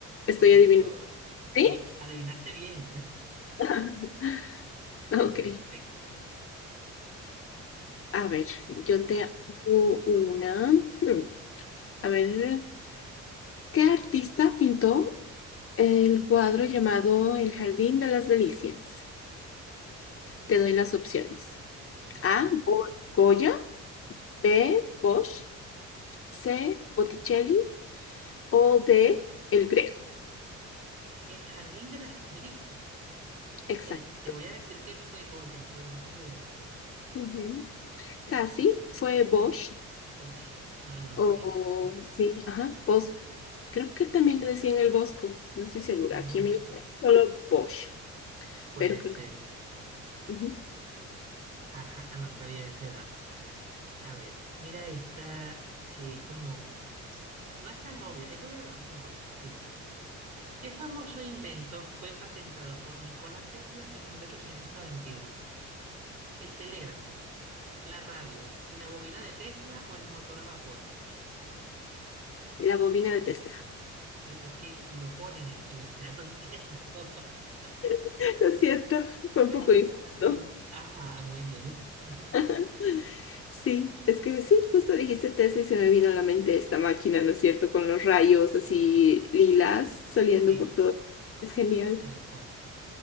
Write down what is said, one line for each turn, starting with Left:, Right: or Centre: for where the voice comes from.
Left: Estoy
Right: Correcto.
Left: adivinando. ¿Sí?
Right: Sí, adivinaste bien.
Left: <laughs> Ok.
Right: <laughs> Perfecto.
Left: A ver, yo
Right: Ajá,
Left: te hago una. Hmm, A ver. ¿Qué artista pintó el cuadro llamado El Jardín de las Delicias? Te doy las opciones.
Right: ok.
Left: A. Go- Goya. B. Bosch. C. Botticelli. O D. El Greco.
Right: El jardín de las delicias.
Left: Exacto.
Right: Mira, te voy a decir que fue Goya, pero no tengo idea.
Left: Ujú. Casi fue Bosch.
Right: Osh. Ah, no,
Left: O
Right: imagínate.
Left: sí, ajá, Bosch. Creo que también le decían el Bosco. No estoy segura.
Right: El
Left: Aquí
Right: Bosco.
Left: me solo Bosch.
Right: Puede
Left: Pero creo
Right: ser.
Left: que ujú.
Right: Ajá, ah, no sabía ese dato. A ver, mira esta que es como, no es tan obvia, es obvia pero no es tan obvia. Dice, ¿qué famoso invento fue patentado por Nikola Tesla en mil ochocientos noventa y uno. ¿El telégrafo, la radio, la bobina de Tesla o el motor a vapor?
Left: La bobina de Tesla.
Right: Es que, es que lo ponen aquí, o sea, no entiendo. <laughs>
Left: <laughs> Lo siento,
Right: Qué
Left: fue
Right: pregunta
Left: un poco injusto.
Right: tan... Ajá, muy bien. <laughs>
Left: <laughs> Sí, es que sí, justo dijiste Tesla y se me vino a la mente esta máquina, ¿no es cierto? Con los rayos así lilas saliendo
Right: Sí,
Left: por todo. Es genial,
Right: tal cual.